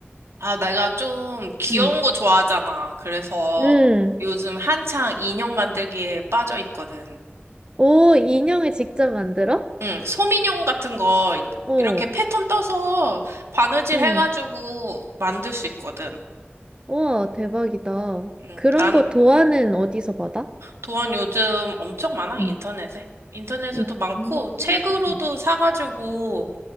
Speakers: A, on the right (about 85°); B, on the right (about 20°).
A: 아, 내가 좀 귀여운
B: 응.
A: 거 좋아하잖아. 그래서
B: 응.
A: 요즘 한창 인형 만들기에 빠져 있거든.
B: 오, 인형을 직접 만들어?
A: 응, 솜인형 같은 거
B: 어,
A: 이렇게 패턴 떠서 바느질
B: 응.
A: 해가지고 만들 수 있거든.
B: 와, 대박이다.
A: 음,
B: 그런
A: 난
B: 거 도안은 어디서 받아?
A: 도안 요즘 엄청 많아,
B: 응.
A: 인터넷에. 인터넷에도
B: 응.
A: 많고,
B: 음.
A: 책으로도 사가지고